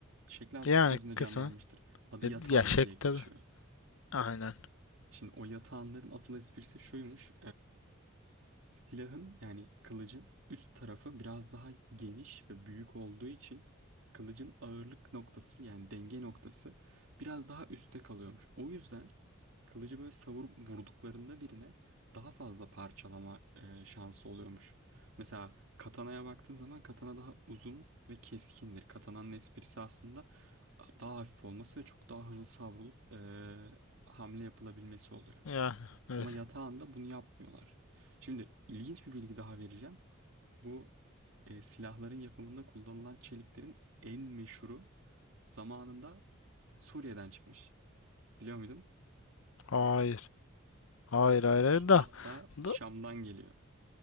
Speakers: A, on the right (about 70°); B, on the left (about 80°).
A: Şekli az
B: Yani
A: buçuk gözünde
B: kısmen.
A: canlanmıştır. Adı
B: E,
A: yatağan
B: ya şek
A: diye geçiyor.
B: tabii. Aynen.
A: Şimdi o yatağanların asıl esprisi şuymuş. Silahın yani kılıcın üst tarafı biraz daha geniş ve büyük olduğu için kılıcın ağırlık noktası yani denge noktası biraz daha üstte kalıyormuş. O yüzden kılıcı böyle savurup vurduklarında birine daha fazla parçalama e, şansı oluyormuş. Mesela katanaya baktığın zaman katana daha uzun ve keskindir. Katananın esprisi aslında daha hafif olması ve çok daha hızlı savrulup e, hamle yapılabilmesi oluyor.
B: Ya evet.
A: Ama yatağında bunu yapmıyorlar. Şimdi ilginç bir bilgi daha vereceğim. Bu e, silahların yapımında kullanılan çeliklerin en meşhuru zamanında Suriye'den çıkmış. Biliyor muydun?
B: Hayır. Hayır hayır hayır da.
A: Hatta Şam'dan
B: da-
A: geliyor.